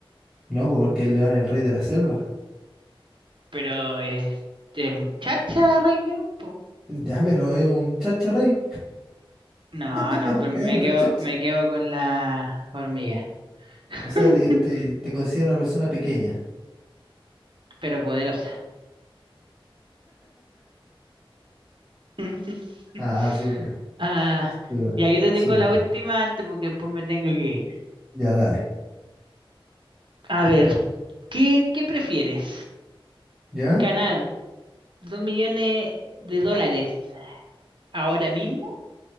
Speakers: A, in the centre; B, on the right.
A: No, pues, porque el león es el rey de la selva. <laughs>
B: Pero es es un chacha, Rey León, po.
A: Ya, pero es un chacha rey.
B: No,
A: <laughs>
B: no, pues me
A: Es un rey
B: quedo,
A: chacha.
B: me quedo con la hormiga. <laughs>
A: O sea, te, te, te considera una persona pequeña.
B: pero poderosa. <laughs>
A: Ah, súper,
B: Ah,
A: súper,
B: ya, yo te
A: súper.
B: tengo la
A: bueno.
B: última antes porque después me tengo que ir.
A: Ya, dale.
B: A ver, ¿qué, qué prefieres?
A: ¿Ya?
B: ¿Ganar dos millones de dólares ahora mismo